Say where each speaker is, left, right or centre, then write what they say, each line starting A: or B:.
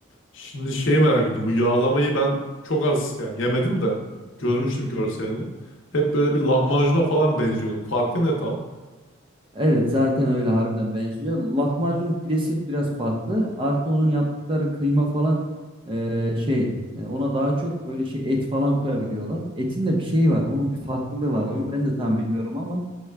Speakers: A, on the left (about 65°); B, on the right (about 25°).
A: Şimdi şey merak ettim. Bu yağlamayı ben çok az yani yemedim de görmüştüm
B: Hı hı.
A: görselini. Hep böyle bir lahmacuna falan benziyordu. Farkı ne tam?
B: Evet zaten öyle harbiden benziyor. Lahmacunun pidesi biraz farklı. Artı onun yaptıkları kıyma falan e, şey e, ona daha çok böyle şey et falan koyabiliyorlar. Etin de bir şeyi var. Onun bir farklılığı vardı.
A: Hı
B: Onu
A: hı.
B: ben de tam bilmiyorum ama